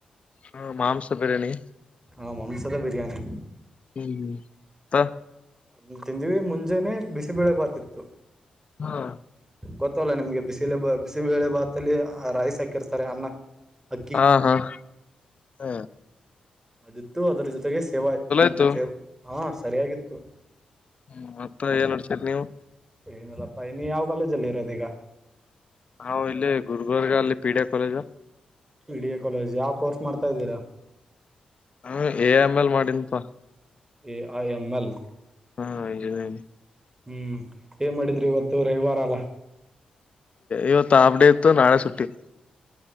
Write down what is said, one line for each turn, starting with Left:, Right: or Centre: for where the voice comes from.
Left: ಹಾ ಮಾಂಸ ಬಿರಿಯಾನಿ
Right: ಹಾ ಮಾಂಸದ ಬಿರಯಾನಿ
Left: ಹ್ಮ್ ಹ್ಮ್ ಹ
Right: ಅದ ತಿಂದಿವವಿ ಮುಂಜೆನೆ ಬಿಸಿಬಳೆ ಬಾತಿತ್ತು
Left: ಹಾ
Right: ಗೊತ್ತಲ್ಲ ನಿಮ್ಗೆ ಬಿಸಿಲಿಾ ಬಿಸಿಬೇಳೆ ಭಾತಲ್ಲಿ ರೈಸ್ ಹಾಕಿರ್ತಾರೆ ಅನ್ನ ಅಕ್ಕಿ
Left: ಹಾ ಹಾ ಹ
Right: ಅದಿತ್ತು ಅದರ ಜೊತೆಗೆ ಸೇವಾ ಆಯ್ು
Left: ಇತ್ತು
Right: ಸೇವ್ ಹಾ ಸರಿಯಾಗಿತ್ತು
Left: ಹ್ಮ ಅಪ್ಪ ಏನ್ಡ್ತರಿ ನೀವು
Right: ಏನಲ್ಲಪ್ಪಾ ಇನ್ನು ಯಾವ ಕಾಲೇಜಲ್ಲಿ ಇರೋದೀಗ
Left: ನಾವವು ಇಲ್ಲಿ ಗುರ್ಬರ್ಗ ಅಲ್ಲಿ PDA college
Right: P D A college ಯಾವ ಕೋರ್ಸ್ ಮಾಡ್ತಾ ಇದ್ದೀರಾ
Left: ಹ ಎ ಆಮೇಲ್ ಮಾಡಿನ್ಪ
Right: ಎ ಐ ಎಮ ಎಲ್
Left: ಹಾ ಇಂಜಿನಿಯರಿ
Right: ಹ್ಮ್ ಏನ್ ಮಾಡಿದ್ರಿ ಇವತ್ತು ರವಿವಾರ ಅಲ್ಲ
Left: ಇವತ್ತು ಆಪ್ಡೇ ಇತ್ತು ನಾಳೆ ಸುಟ್ಟಿ